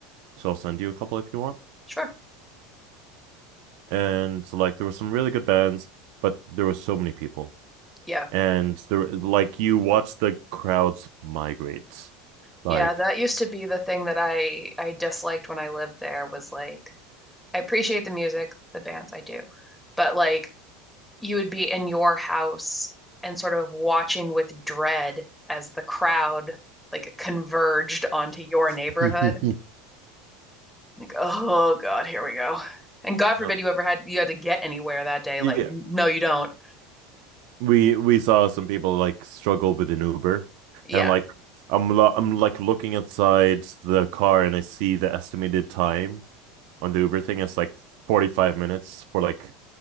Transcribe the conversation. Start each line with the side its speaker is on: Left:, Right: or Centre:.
Right: so I'll send you a couple if you want.
Centre: Sure.
Right: And so, like there were some really good bands, but there were so many people.
Centre: Yeah.
Right: And there like you watch the crowds migrate.
Centre: Yeah,
Right: Like
Centre: that used to be the thing that I I disliked when I lived there was like I appreciate the music, the bands I do, but like you would be in your house and sort of watching with dread as the crowd like converged onto your neighborhood.
Right: <laughs> you
Centre: Like, oh God, here we go. And God forbid
Right: know,
Centre: you ever had you had to get anywhere that day.
Right: yeah,
Centre: Like, no, you don't.
Right: we we saw some people like struggle with an Uber
Centre: Yeah.
Right: and like I'm I'm like looking outside the car and I see the estimated time on the Uber thing, it's like 45 minutes for like